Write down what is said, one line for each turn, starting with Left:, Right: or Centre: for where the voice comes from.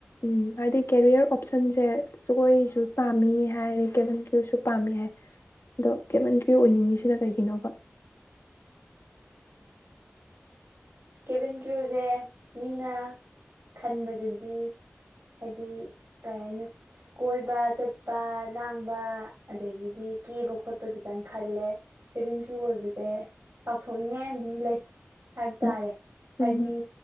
Left: ꯎꯝ ꯍꯥꯏꯗꯤ ꯀꯦꯔꯤꯌꯔ ꯑꯣꯞꯁꯟꯁꯦ ꯖꯒꯣꯏꯁꯨ ꯄꯥꯝꯃꯤ ꯍꯥꯏꯔꯦ ꯀꯦꯕꯟ ꯀ꯭ꯔꯌꯨꯁꯨ ꯄꯥꯝꯃꯤ ꯍꯥꯏ ꯑꯗꯣ ꯀꯦꯕꯟ ꯀ꯭ꯔꯌꯨ ꯑꯣꯏꯅꯤꯡꯉꯤꯁꯤꯅ ꯀꯩꯒꯤꯅꯣꯕ
Right: ꯀꯦꯚꯤꯟ ꯀ꯭ꯔꯨꯁꯦ ꯃꯤꯅ ꯈꯟꯕꯗꯗꯤ ꯍꯥꯏꯗꯤ ꯀꯩ ꯍꯥꯏꯅꯣ ꯀꯣꯏꯕ ꯆꯠꯄ ꯂꯥꯡꯕ ꯑꯗꯒꯤꯗꯤ ꯀꯦꯕ ꯈꯣꯠꯄꯗꯨꯇꯪ ꯈꯜꯂꯦ ꯀꯦꯚꯤꯟ ꯀ꯭ꯔꯨ ꯑꯣꯏꯕꯁꯦ ꯆꯥꯎꯊꯣꯛꯅꯤꯡꯉꯥꯏ ꯑꯃꯗꯤ ꯂꯩ ꯇꯔꯦ
Left: ꯎꯝ ꯎꯝ
Right: ꯍꯥꯏꯗꯤ